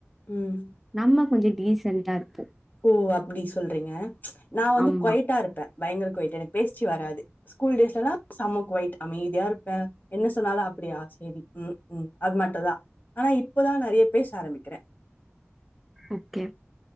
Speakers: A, on the left; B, in the centre.
A: ம்
B: நம்ம கொஞ்ச டீச ன்ட்டா இருப்போ
A: ஓ அப்டி சொல்றிங்க நா வந்து
B: ஆமா
A: கொய்ட்டா இருப்ப பயங்கர கொய்ட்டு எனக்கு பேஸ்ச்சி வராது ஸ்கூல் டேஸ்லலா சம கொய்ட் அமைதியா இருப்பே என்ன சொன்னாலு அப்டியா அ சேரி ம் ம் அது மட்டுதா ஆனா இப்பதா நறைய பேச ஆரம்பிக்கிற
B: ஓகே